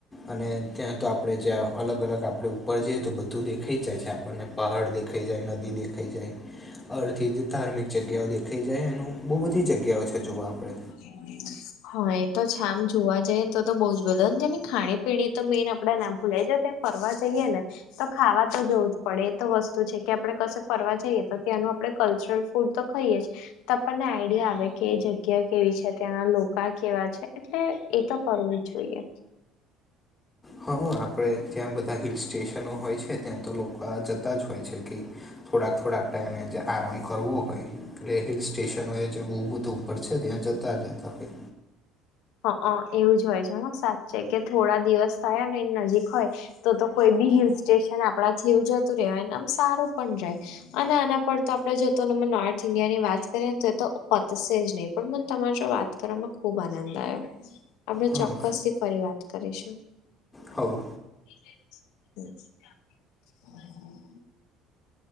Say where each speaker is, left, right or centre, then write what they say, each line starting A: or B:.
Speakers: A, on the left (about 25°); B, on the left (about 75°).
A: અને ત્યાં તો આપણે જ્યાં અલગ અલગ આપડે ઉપર જઈએ તો બધું દેખાઈ જાય છે આપણને પહાડ દેખાય જાય નદી દેખાય જાય. અડધથી જ ધાર્મિક જગ્યાઓ દેખાઈ જાય એનું બહુ બધી જગ્યાઓ છે જોવા આપડે.
B: હમ <inaudible> હા એ તો છે આમ જોવા જઈએને તો તો બઉ જ બધા ને તેની ખાણી પીણી તો મેઈન આપડા ના ભૂલાય જાય ત ફરવા જઈએ ને. તો ખાવા તો જોવું જ પડે એ તો વસ્તુ છે કે આપણે કશે ફરવા જઈએ તો ત્યાંનું આપડે કલ્ચર પૂરતો ખઈએ જ તો આપણને આઈડિયા આવે કે એ જગ્યા કેવી છે ત્યાંના લોકા કેવા છે એટલે એ તો કરવું જ જોઈએ.
A: હા આપણે ત્યાં બધા હિલ સ્ટેશનો હોય છે ત્યાં તો લોકા આ જતા જ હોય છે કે થોડાક થોડાક ટાઈમે જે આરામ કરવો હોય એટલે હિલ સ્ટેશનોએ જેવું બધુ પડે છે ત્યાં જતા રહેતા હોય.
B: હ અ એવું જ હોય છે હ સાચે કે થોડા દિવસ થાય ને એ નજીક હોય. તો તો કોઈ બી હિલ સ્ટેશન આપડા થી એવું જતું રેવાયને આમ સારું પણ જાય અને આના પર તો આપડે જો તો નોર્થ ઇન્ડિયા ની વાત કરીએ ને તો તો પતશે જ નહીં પણ મન તમારે જો વાત વાત કરવામાં ખૂબ આનંદ આવ્યો આપણે
A: હં
B: ચોક્કસ થી ફરી વાત કરીશું.
A: કહું
B: ઠીક